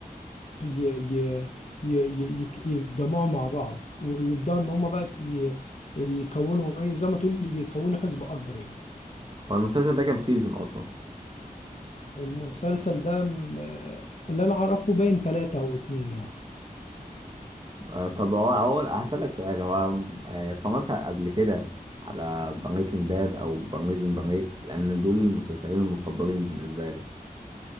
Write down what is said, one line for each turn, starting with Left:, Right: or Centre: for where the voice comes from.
Left: ي... ي... ي... ي- يت- يتجمعوا مع بعض ويبدأوا إن هم بقى ي... يكونوا إيه زي ما تقول يكونوا حزب أكبر يعني
Right: هو المسلسل ده كام سيزون اصلا
Left: المسلسل ده م- آه، اللي انا اعرفه باين ثلاثة او اتنين يعني
Right: آه طب هو اول هسألك سؤال هو آه، اتفرجت قبل كده على بريكنج باد او بريزون بريك لان دول المسلسلين المفضلين بالنسبه لي